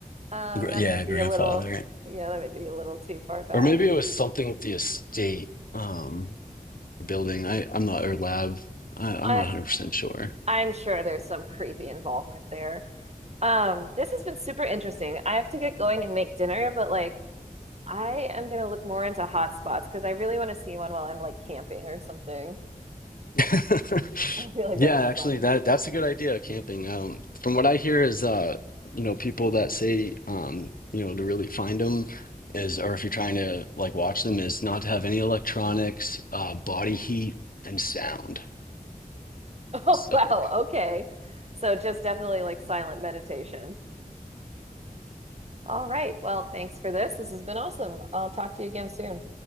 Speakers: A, on the right; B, on the left.
A: Um,
B: Gra-
A: that
B: yeah,
A: might
B: grandfather,
A: be a little, yeah, that might be a little too far back.
B: or maybe it was something with the estate um building. I I'm not or lab. I, I'm
A: I
B: not 100 percent sure.
A: I'm sure there's some creepy involvement there. Um, this has been super interesting. I have to get going and make dinner, but like I am gonna look more into hot spots because I really want to see one while I'm like camping or something.
B: <laughs>
A: <laughs> I feel like
B: yeah,
A: that'd be
B: actually,
A: fun.
B: that that's a good idea. Camping. Um, from what I hear is uh you know people that say um you know to really find them is or if you're trying to like watch them is not to have any electronics, uh, body
A: Mhm.
B: heat,
A: <laughs>
B: and sound.
A: Oh,
B: So
A: wow. Okay. So just definitely like silent meditation. All right. Well, thanks for this. This has been awesome. I'll talk to you again soon.